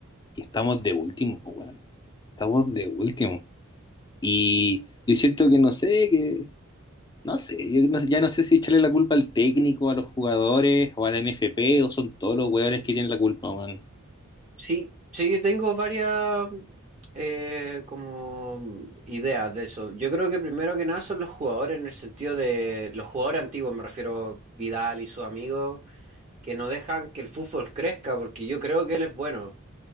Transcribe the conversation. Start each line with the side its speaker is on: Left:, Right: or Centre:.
Left: y estamos de último, pues, weón. Estamos de último. Y yo siento que no sé, que No sé, yo no- sé- ya no sé si echarle la culpa al técnico, a los jugadores, o a la NFP, o son todos los hueones que tienen la culpa, weón.
Right: Sí, sí, tengo varias eh, como ideas de eso. Yo creo que primero que nada son los jugadores en el sentido de los jugadores antiguos, me refiero Vidal y sus amigos, que no dejan que el fútbol crezca, porque yo creo que él es bueno,